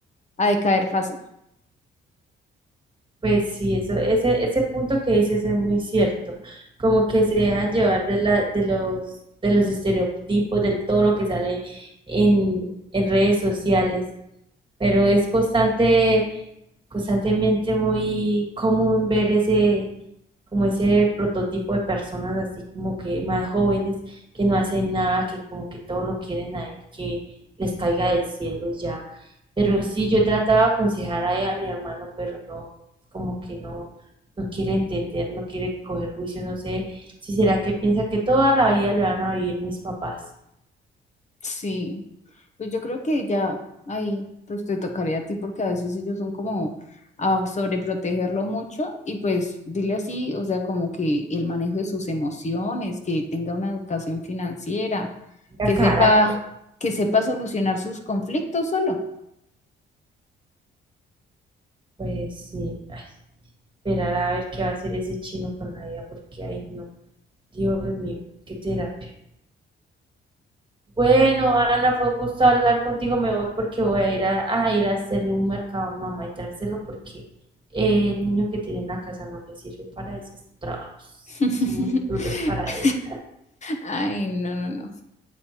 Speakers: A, on the left; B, on the right.
A: a decaer fácil.
B: Pues sí, eso, ese, ese punto que dices es muy cierto, como que se dejan llevar de, la, de los, de los estereotipos, de todo lo que sale en, en redes sociales. pero es constante, constantemente muy común ver ese, como ese prototipo de personas así como que más jóvenes que no hacen nada, que como que todo lo quieren ahí, que les caiga del cielo y ya. Pero sí, yo trataba de aconsejar ahí a mi hermano, pero no, como que no, no quiere entender, no quiere coger juicio, no sé si será que piensa que toda la vida le van a vivir mis papás.
A: Sí. Pues yo creo que ya ahí pues te tocaría a ti porque a veces ellos son como a sobreprotegerlo mucho y pues dile así, o sea, como que el manejo de sus emociones, que tenga una educación financiera,
B: Tenga
A: que
B: carácter.
A: sepa, que sepa solucionar sus conflictos solo.
B: Pues sí, ay, Esperar a ver qué va a hacer ese chino con la vida, porque ahí no, Dios mío, qué terapia. Bueno, Ana, fue un gusto hablar contigo. Me voy porque voy a ir a, a ir a hacerle un mercado a mamá y traérselo porque eh, el niño que tiene en la casa no le sirve para esos trabajos.
A: <laughs>
B: Son muy duros para él.
A: Ay, no, no, no.